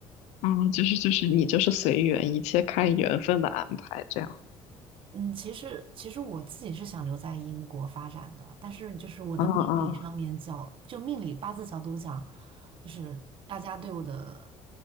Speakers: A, on the left; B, on the right.
A: 嗯，就是就是你就是随缘，一切看缘分的安排这样。
B: 嗯，其实其实我自己是想留在英国发展的，但是就是我的命理上面角，
A: 嗯嗯，
B: 就命理八字角度讲，就是大家对我的